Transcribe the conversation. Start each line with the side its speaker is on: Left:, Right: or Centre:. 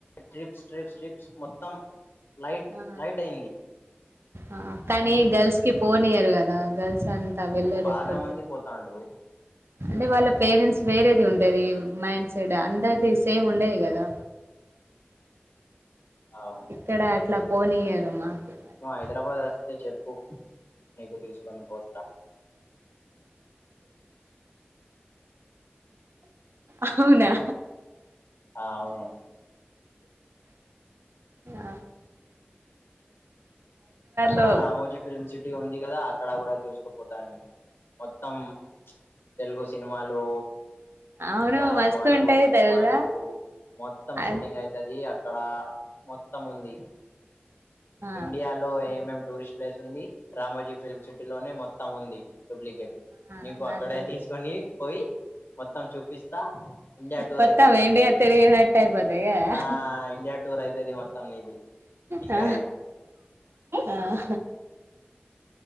Left: ట్రిప్స్ ట్రిప్స్ ట్రిప్స్ మొత్తం లైట్
Right: ఆ
Left: లైట్ అయింది
Right: ఆ కానీ గర్ల్స్ కి పోనియ్యరు కదా గర్ల్స్ అంత
Left: ఎందుకు
Right: వెళ్ళరు
Left: బాగా
Right: ఎక్కడికి
Left: మంది పోతాండ్రు
Right: అంటే వాళ్ళ పేరెంట్స్ వేరేది ఉంటది మైండ్ సెట్ అందరిది సేమ్ ఉండది కదా
Left: అవును
Right: ఇక్కడ అట్లా పోనీయరు మాకు అట్లా.
Left: నువ్ హైదరాబాద్ వస్తె చెప్ ప్పి నికు తీసుకొని పోతా
Right: అవునా
Left: ఆ అవును
Right: ఆ
Left: అక్కడ
Right: లో
Left: రామోజీ ఫిల్మ్ సిటీ ఉంది కదా అక్కడ కూడా తీసుకుపోతాను నీకు మొత్తం తెలుగు సినిమాలు
Right: అవును
Left: ఇంకా
Right: మస్తు
Left: బాలీవుడ్
Right: ఉంటాయి
Left: సినిమాలు
Right: తెలుసా
Left: మొత్తం
Right: ఆ
Left: షూటింగ్ అయితది అ క్కడ మొత్తం ఉంది
Right: ఆ
Left: ఇండియాలో ఏమేం టూరిస్ట్ ప్లేస్ ఉంది రామోజీ ఫిల్మ్ సిటీ లోనే మొత్తం ఉంది డూప్లికేట్
Right: ఆ,
Left: నీకు అక్కడే
Right: అదే
Left: తీసుకొని పోయి మొత్తం చూపిస్తా ఇండియా టూర్
Right: మొత్తం
Left: అయితది
Right: ఇండియా
Left: నీది
Right: తిరిగినట్టు అయిపోతాయి కదా
Left: ఆ ఇండియా టూర్ అవుతది మొత్తం నీది ఇంకా
Right: ఆ
Left: ఏం
Right: ఆ